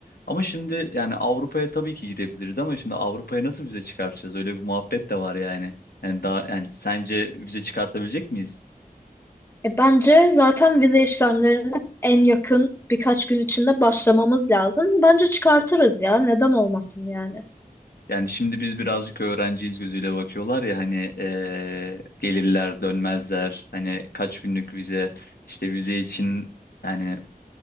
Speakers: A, on the left; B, on the left.
A: Ama şimdi yani Avrupa'ya tabii ki gidebiliriz ama şimdi Avrupa'ya nasıl vize çıkartacağız? Öyle bir muhabbet de var yani. Yani daha yani sence vize çıkartabilecek miyiz?
B: E, bence zaten vize işlemlerine en yakın birkaç gün içinde başlamamız lazım. Bence çıkartırız ya. Neden olmasın yani?
A: Yani şimdi biz birazcık öğrenciyiz gözüyle bakıyorlar ya hani eee, gelirler dönmezler hani kaç günlük vize işte vize için yani